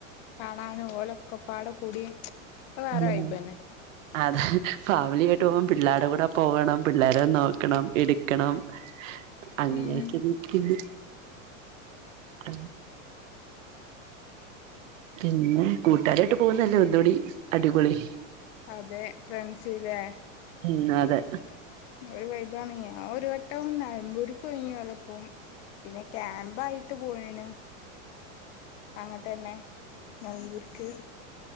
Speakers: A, on the left (about 55°); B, on the right (about 70°).
A: കാണാനു ഓലൊക്കെപ്പാടെ കൂടി. വേറെ
B: ഉം
A: വൈബന്നെ
B: അതെ ഫാമിലിയാട്ട് പോവുമ്പോ പിള്ളേരെ കൂടെ പോകണം. പിള്ളേരെ നോക്കണം, എടുക്കണം.
A: <inaudible>
B: അങ്ങനൊയൊക്കെ
A: ഉം
B: ഇതാ ഇരിക്ക്ന്ന്. അം പിന്നെ കൂട്ടാരായിട്ട് പോവുന്നല്ലേ ഒന്നൂടി അടിപൊളി.
A: അതെ ഫ്രണ്ട്സിലേ?
B: ഉം അതെ.
A: ഒരു വൈബാണ്യ്യ്. ഞാ ഒരു വട്ടം നെലമ്പൂരിക്ക് പോയിനി ഓലപ്പം. പിന്നെ ക്യാമ്പായിട്ടും പോയിണ് അങ്ങട്ടന്നെ നിലമ്പൂര്ക്ക്.